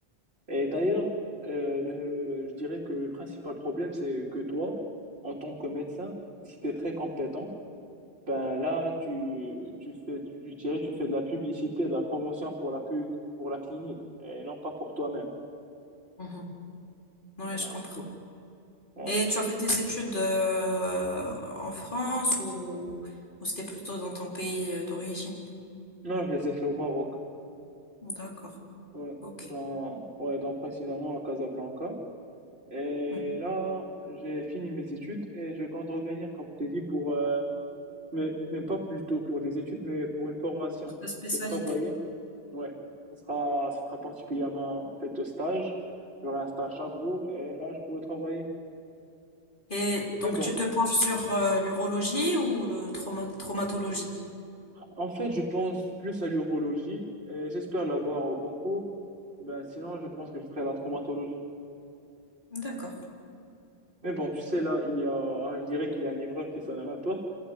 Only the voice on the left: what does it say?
Mhm. Ouais, je
comprends.
Et tu as fait tes études euh, en France ou, ou c'était plutôt dans ton pays euh, d'origine?
D'accord.
Ok.
Mhm.
La spécialité.
Et donc,
tu te penches sur euh, l'urologie ou le trauma- traumatologie?
D'accord.